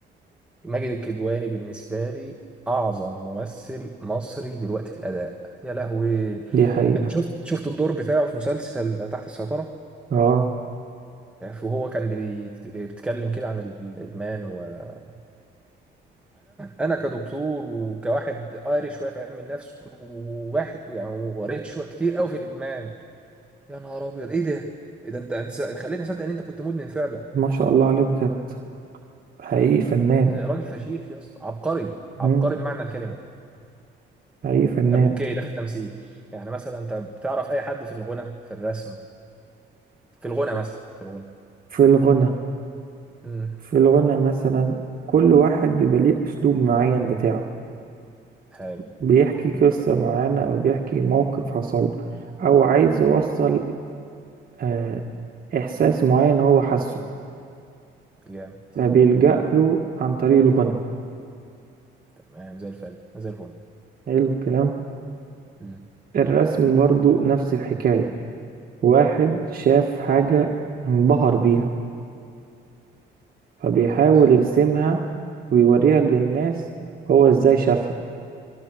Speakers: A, in the centre; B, on the right.
A: ماجد الكدواني بالنسبة لي أعظم ممثل مصري دلوقتي في الأداء يا لهوي
B: دي حقيقة
A: أنت شفت شفت الدور بتاعه في مسلسل تحت السيطرة
B: اه
A: وهو كان بيت- بيتكلم كده عن الإدمان وأنا أنا كدكتور وكواحد قاري شوية في علم النفس وواحد يعني وقريت شوية كتير قوي في الإدمان يا نهار أبيض إيه ده؟ إيه ده أنت أنت خليتني أصدق إن أنت كنت مدمن فعلا
B: ما شاء الله عليه بجد حقيقي فنان
A: آه، راجل فشيخ يا اسطى عبقري عبقري
B: مم.
A: بمعنى الكلمة
B: حقيقي فنان
A: طب اوكي ده في التمثيل يعني مثلا انت بتعرف اي حد في الغنى في الرسم في الغنى مثلا في الغنى
B: في الغنى
A: امم
B: في الغنى مثلا كل واحد بيبقى ليه أسلوب معين بتاعه
A: حلو
B: بيحكي قصة معينة أو بيحكي موقف حصل له أو عايز يوصل آه إحساس معين هو حاسه
A: جامد
B: فبيلجأ له عن طريق الغنى
A: تمام زي الفل زي الفل
B: حلو الكلام
A: امم
B: الرسم برضو نفس الحكاية واحد شاف حاجة انبهر بيها فبيحاول
A: يا سلام.
B: يرسمها ويوريها للناس هو ازاي شافها